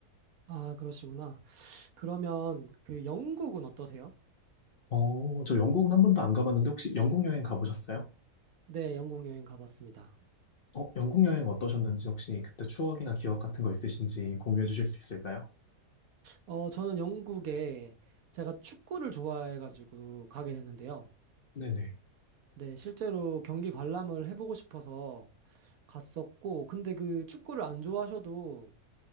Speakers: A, on the right (about 70°); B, on the left (about 45°).
A: 아, 그러시구나. 그러면 그 영국은 어떠세요?
B: 어, 저 영국은 한 번도 안 가봤는데 혹시 영국 여행 가보셨어요?
A: 네, 영국 여행 가봤습니다.
B: 어, 영국 여행 어떠셨는지 혹시 그때 추억이나 기억 같은 거 있으신지 공유해 주실 수 있을까요?
A: 어, 저는 영국에 제가 축구를 좋아해가지고 가게 됐는데요.
B: 네네.
A: 네, 실제로 경기 관람을 해보고 싶어서 갔었고, 근데 그 축구를 안 좋아하셔도